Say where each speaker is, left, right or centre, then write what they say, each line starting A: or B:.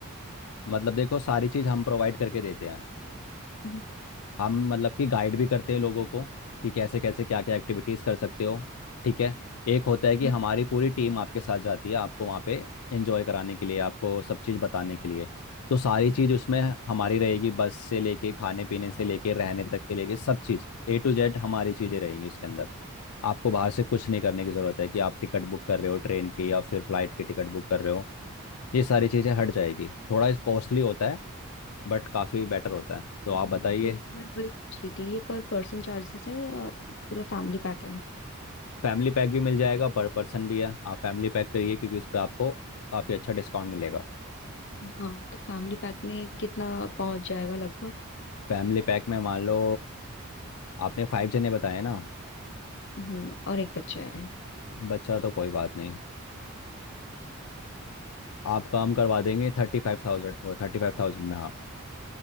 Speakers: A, on the left; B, on the left.
A: मतलब देखो सारी चीज़ हम प्रोवाइड करके देते हैं
B: हम्म,
A: हम मतलब कि गाइड भी करते हैं लोगों को कि कैसे कैसे क्या क्या एक्टिविटीज़ कर सकते हो ठीक है एक होता है कि
B: हम्म,
A: हमारी पूरी टीम आपके साथ जाती है आपको वहाँ पे एंजॉय कराने के लिए आपको सब चीज़ बताने के लिए तो सारी चीज़ उसमें हमारी रहेगी बस से लेके खाने पीने से लेके रहने तक के लेके सब चीज़ ए टू जेड हमारी चीज़ें रहेंगी उसके अंदर आपको बाहर से कुछ नहीं करने की ज़रूरत है कि आप टिकट बुक कर रहे हो ट्रेन की या फिर फ्लाइट की टिकट बुक कर रहे हो ये सारी चीज़ें हट जाएगी थोड़ा कॉस्टली होता है बट काफ़ी बेटर होता है तो
B: हम्म,
A: आप बताइए
B: तो मैं वही पूछ रही थी ये पर पर्सन चार्जेस है या पूरा फैमिली पैक
A: फैमिली पैक भी मिल जाएगा पर पर्सन भी है आप फैमिली पैक करिए क्योंकि उस पर आपको काफ़ी अच्छा डिस्काउंट मिलेगा
B: हाँ तो फैमिली पैक में कितना पहुंच जाएगा लगभग
A: फैमिली पैक में मान लो आपने फाइव जने बताए ना
B: हम्म और एक बच्चा है
A: बच्चा तो कोई बात नहीं आपका हम करवा देंगे थर्टी फाइव थाउजेंड वो थर्टी फाइव थाउजेंड में हाँ